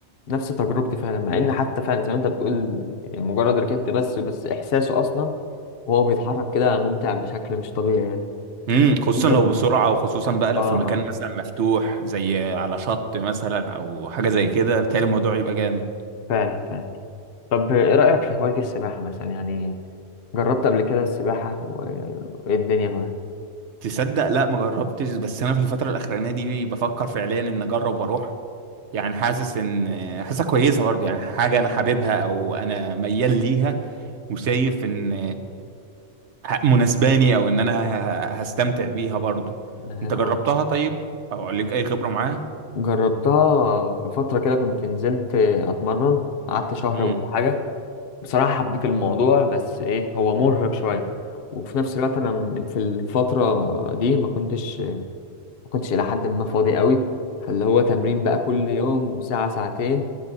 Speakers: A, on the left; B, on the right.
A: نفس تجربتي فعلا مع ان حتى فعلا زي ما انت بتقول يعني مجرد ركبت بس بس احساسه اصلا وهو بيتحرك كده ممتع بشكل مش طبيعي يعني
B: امم خصوصا
A: انت
B: لو
A: مش
B: بسرعه
A: بتحب.
B: وخصوصا بقى لو
A: اه
B: في مكان
A: اه
B: مثلا مفتوح زي على شط مثلا او حاجه زي كده بتهيألي الموضوع يبقى جامد
A: فعلا فعلا طب ايه رايك في هوايه السباحه مثلا يعني جربت قبل كده السباحه و- وايه الدنيا معاك
B: تصدق لا ما جربتش بس انا في الفتره الاخرانيه دي بفكر فعليا ان اجرب واروح يعني حاسس ان حاسسها كويسه برضه يعني حاجه انا حاببها او انا ميال ليها وشايف ان مناسباني او ان انا ه- هستمتع بيها برضه
A: امم
B: انت جربتها طيب او ليك اي خبره معاها
A: جربتها بفترة كده كنت نزلت أتمرن قعدت شهر
B: امم
A: ولا حاجة بصراحة حبيت الموضوع بس إيه هو مرهق شوية وفي نفس الوقت أنا م- في الفترة دي ما كنتش ما كنتش إلى حد ما فاضي قوي فاللي هو تمرين بقى كل يوم ساعة ساعتين